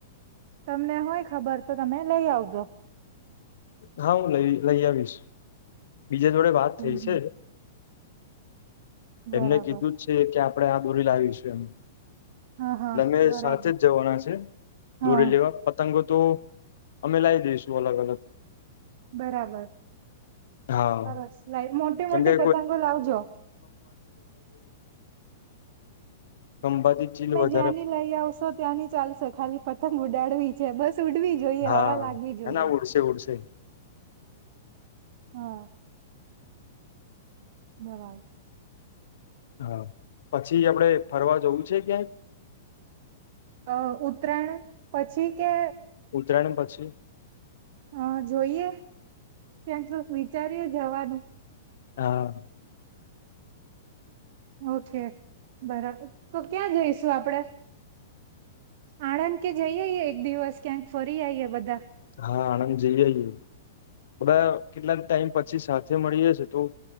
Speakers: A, on the right; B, on the left.
A: તમને હોય ખબર તો તમે લઈ આવજો
B: હા હું લઈ લઈ આવીશ બીજા જોડે વાત થઈ
A: હમ
B: છે
A: હમ બરાબર
B: એમને કીધું જ છે. કે આપણે આ દોરી લાવીશું એમ
A: હા હા
B: અમે
A: બરાબર
B: સાથે જ જવાના છે.
A: હા
B: દોરી લેવા પતંગો તો અમે લાવી દઈશું અલગ-અલગ
A: બરાબર.
B: હા
A: સરસ લાઈ મોટી-મોટી
B: કેમ કે
A: પતંગો લાવજો.
B: સંભાતી ચીલ વધ
A: ત્યાંની લઈ આવશો ત્યાંની ચાલશે ખાલી પતંગ ઉડાડવી છે. બસ ઉડવી જોઈએ.
B: હા
A: હવા લાગવી જોઈએ.
B: ના ના ઉડશે, ઉડશે
A: હમ્મ બરાબર.
B: હા પછી આપડે ફરવા જવું છે ક્યાંય?
A: અ ઉતરાયણ પછી કે
B: ઉતરાણ પછી
A: હા જોઈએ. ક્યાંક વિચારીએ જવાનું.
B: હા.
A: ઓકે બરાબર તો ક્યાં જઈશુ આપડે? આણંદ કે જઈઆએ એક દિવસ ક્યાંક ફરી આઈએ બધા.
B: હા આણંદ જઈઆએ. બધા કેટલાક ટાઈમ પછી સાથે મળી જશે તો